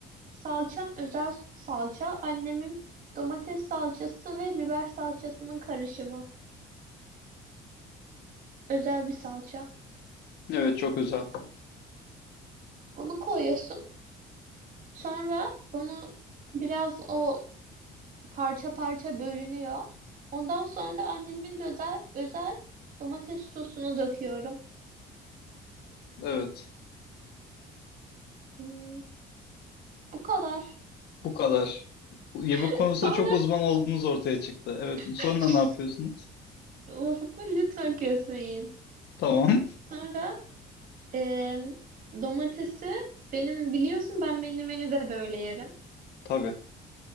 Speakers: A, on the right (about 55°); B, on the left (about 75°).
A: Salçam özel salça. Annemin domates salçası ve biber salçasının karışımı. Özel bir salça.
B: Evet çok özel.
A: Bunu koyuyorsun. Sonra onu biraz o parça parça bölünüyor. Ondan sonra da annemin de özel, özel domates sosunu döküyorum.
B: Evet.
A: Hmm, bu kadar.
B: Bu kadar. Yemek
A: <laughs>
B: konusunda
A: Sonra
B: çok uzman olduğunuz ortaya çıktı. Evet. Sonra
A: <laughs>
B: ne yapıyorsunuz?
A: lafımı lütfen kesmeyin.
B: Tamam. <laughs>
A: Sonra e, domatesi benim biliyorsun ben menemeni de böyle yerim.
B: Tabii.